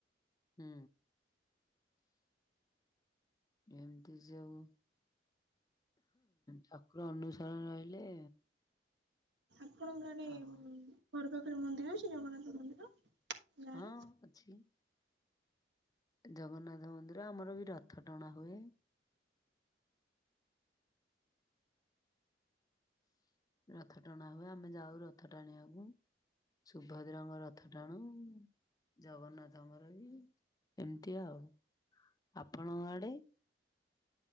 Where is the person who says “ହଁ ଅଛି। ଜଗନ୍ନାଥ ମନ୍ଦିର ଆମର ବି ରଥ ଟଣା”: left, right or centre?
Left